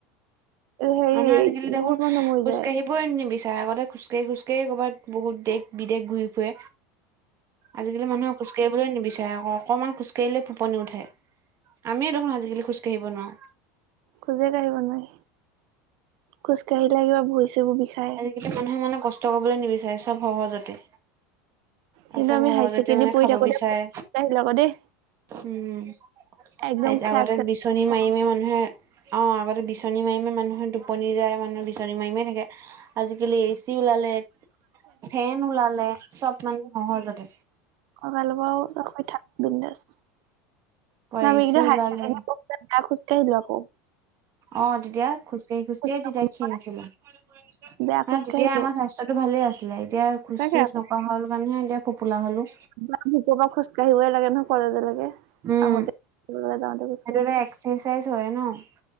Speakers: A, on the right; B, on the right.
A: হেৰি
B: মানুহে আজিকালি
A: বহুত
B: দেখোন
A: মানুহ মৰি
B: খোজকাঢ়ি
A: যায়
B: বই নিবিচাৰে। আগতে খোজকাঢ়ি, খোজকাঢ়ি কৰবাত বহুত দেশ বিদেশ ঘূৰি ফুৰে। আজিকালি মানুহে খোজকাঢ়িবলে নিবিচাৰে আক' অকণমান খোজকাঢ়িলে ফেপনি উঠে। আমিয়ে দেখোন আজিকালি খোজকাঢ়িব নোৱাৰোঁ।
A: খোজেকাঢ়িব নোৱাৰি। খোজ-কাঢ়িলে কিবা ভৰি-চৰিবোৰ বিষাই।
B: আজি-কালি মানুহে মানে কষ্ট কৰিবলে নিবিচাৰে চব সহজতে
A: কিন্তু
B: আৰু চব
A: আমি
B: সহজতে
A: হাই ছেকেণ্ডেৰী
B: মানে
A: পঢ়ি
B: খাব
A: থাকোতে
B: বিচাৰে।
A: খুব কাঢ়িলো আকৌ দেই
B: উম
A: একদম
B: হাৰিতে
A: খ্ৰাচ
B: আগতে
A: খ্ৰাচ
B: বিচনী
A: এতিয়া
B: মাৰি মাৰি মানুহে অঁ আগতে বিচনী মাৰি মাৰি মানুহে টোপনি যায়, মানুহে বিচনী মাৰি মাৰি থাকে। আজি-কালি এ চি ওলালে, ফেন ওলালে চব মানে সহজতে।
A: লগাই ল'বাও তই শুই থাক বিন্দাছ। আমি
B: এ
A: কিন্তু
B: চি ওলালে
A: হাইছেকেণ্ডাৰী পঢ়োঁতে বেয়া খোজকাঢ়িলোঁ আক'।
B: অঁ, তেতিয়া খোজকাঢ়ি খোজকাঢ়ি
A: কাঢ়ো
B: তেতিয়া
A: নহয়
B: ক্ষীণ আছিলোঁ। তেতিয়াই
A: বেয়া খোজ কাঢ়িলো
B: আমাৰ স্বাস্থ্য স্বাস্থ্যটো ভালে আছিলে এতিয়া
A: সঁচাকে
B: খোজ -চোজ
A: আকৌ
B: নকঢ়া হলোঁ কাৰনেহে এতিয়া ফোপোলা হ'লোঁ।
A: আমাৰ কেতিয়াবা খোজকাঢ়িবই লাগে নহয় কলেজলৈকে।
B: উম
A: আহোতে খোজকাঢ়িব লাগে, যাওঁতে খোজকাঢ়িব
B: সেইটো এটা
A: লাগে।
B: এক্সাৰচাইজ হয় ন'?